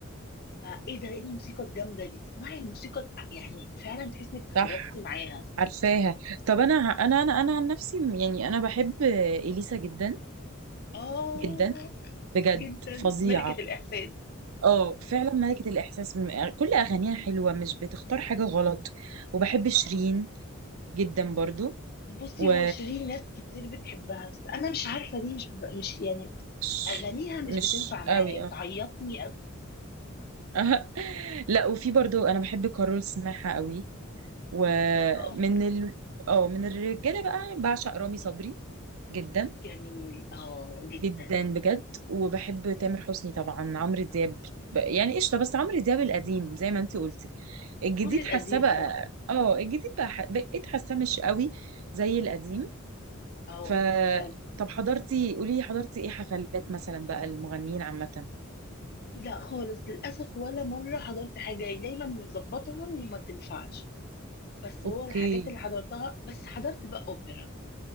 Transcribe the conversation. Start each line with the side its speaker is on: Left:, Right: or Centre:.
Left: فايه ده ايه الموسيقى الجامده دي تسمعي الموسيقى يعني فعلا تحس انك اتحركتي
Right: صح
Left: معاها
Right: عارفاها طب انا انا انا انا عن نفسي يعني انا بحب اليسا جدا
Left: اه
Right: جدا بجد
Left: جدا
Right: فظيعة
Left: ملكه الاحساس
Right: اه فعلا ملكة الإحساس م- يعني كل أغانيها حلوة مش بتختار حاجة غلط وبحب شيرين
Left: اه
Right: جدا برضو
Left: بصي
Right: و
Left: هو شيرين ناس كتير بتحبها بس انا مش عارفه ليه مش مش يعني
Right: ش-
Left: اغانيها مش
Right: مش
Left: بتنفع معايا
Right: قوي اه
Left: بتعيطني أوي.
Right: <laughs> لا وفي برضو أنا بحب كارول سماحة قوي ومن
Left: اه
Right: ال... اه من الرجالة بقى بعشق رامي صبري جدا
Left: جميل اه جدا
Right: جدا بجد وبحب تامر حسني طبعا عمرو دياب ب- يعني قشطة بس عمرو دياب القديم زي ما انت قلتي الجديد
Left: كل القديم
Right: حاساه بقى
Left: صح
Right: اه الجديد بقى ح- بقيت حاساه مش قوي زي القديم
Left: اه
Right: ف
Left: فعلا
Right: طب حضرتي قولي لي حضرتي ايه حفلات مثلا بقى المغنيين عامة
Left: لا خالص للأسف ولا مرة حضرت حاجة يعني دايما بنظبطها وما تنفعش بس هو
Right: اوكي
Left: الحاجات اللي حضرتها بس حضرت بقى أوبرا